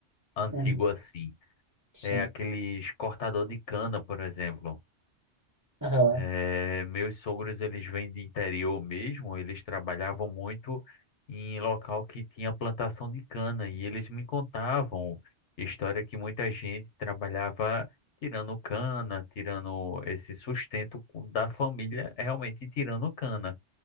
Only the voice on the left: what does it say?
antigo
assim.
É aqueles cortador de cana, por exemplo.
É, meus sogros, eles vêm de interior mesmo, eles trabalhavam muito em local que tinha plantação de cana e eles me contavam história que muita gente trabalhava tirando cana, tirando esse sustento co- da família, realmente tirando cana.